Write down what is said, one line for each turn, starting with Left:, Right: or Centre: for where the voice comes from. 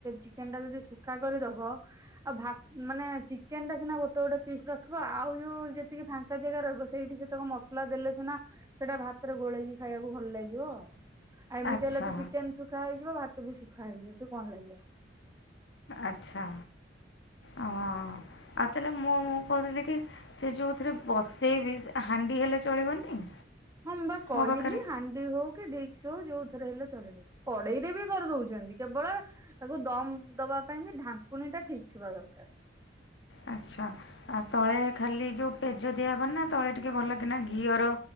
Right: ଚିକେନ୍ ଟା ଯଦି ଶୁଖା କରିଦବ ଆଉ ଭା ମାନେ ଚିକେନ୍ ଟା ସିନା ଗୋଟେ ଗୋଟେ ପିସ୍ ରଖିବ ଆଉ ଯୋଉ ଯେତିକି ଫା ଙ୍କା ଜାଗା ରହିବ ସେଇଠି ସେ ତାକୁ ମସଲା ଦେଲେ ସିନା ସେଇଟା ଭାତରେ ଗୋଳେଇକି ଖାଇବାକୁ ଭଲ ଲାଗିବ। ଆଉ ଏମିତି
Left: ଆଚ୍ଛା
Right: ହେଲେ ତ ଚିକେନ ଶୁଖା ହେଇଯିବ ଭା ତ ବି ସୁଖା ହେଇ ଯିବ ସେ କଣ ଲାଗିବ।
Left: ଆଚ୍ଛା ହଁ। ଆଉ ତାହେଲେ ମୁଁ ମୁଁ କହୁଥିଲି କି ସେ ଯୋଉଥିରେ ବସେଇବି ହାଣ୍ଡି ହେଲେ ଚଳିବନି?
Right: ହଁ ମୁଁ ବା କହିଲି
Left: ମୋ ପାଖରେ
Right: ହା ଣ୍ଡି ହଉ କି ଡିସ୍କ ହଉ ଯୋଉଥିରେ ହେଲେ ଚଳିବ। କଢେଇ ରେ ବି କରିଦେଉଛନ୍ତି। କେବଳ ତାକୁ ଦମ୍ ଦବା ପାଇଁ କି ଢାଙ୍କୁଣୀ ଟା ଠିକ୍ ଥିବା ଦରକାର।
Left: ଆଚ୍ଛା। ଆଉ ତଳେ ଖାଲି ଯୋଉ ପେଜ ଦିଆହବ ନା, ତଳେ ଟିକେ ଭଲ କିନା ଘିଅର